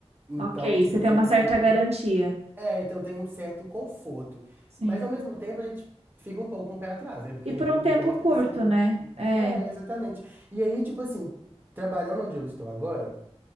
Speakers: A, on the right (about 20°); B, on the right (about 70°).
A: Então,
B: Ok,
A: tipo,
B: você
A: eu
B: tem
A: fico
B: uma certa
A: um pouco.
B: garantia.
A: É, então eu tenho um certo conforto.
B: Sim.
A: Mas ao mesmo tempo a gente fica um pouco com o pé atrás, né? Porque
B: E
A: ninguém
B: por um tempo
A: gosta
B: curto,
A: de ser demitido.
B: né? É.
A: É, exatamente. E aí, tipo assim, trabalhando onde eu estou agora,